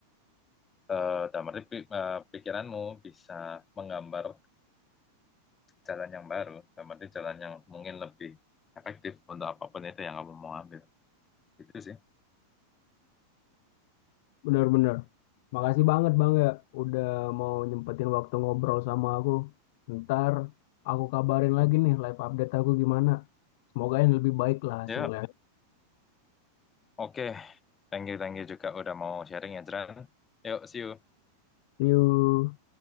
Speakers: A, on the left; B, on the left.
A: eh dalam arti pi- eh, pikiranmu bisa menggambar jalan yang baru, dalam arti jalan yang mungkin lebih efektif untuk apapun itu yang kamu mau ambil. Itu sih.
B: Benar-benar. Makasih banget Bang ya udah mau nyempetin waktu ngobrol sama aku. Ntar aku kabarin lagi nih live update aku gimana. Semoga yang lebih baik lah hasilnya.
A: Ya, oke. Thank you, thank you juga udah mau sharing ya, Jran. Yuk, see you.
B: See you.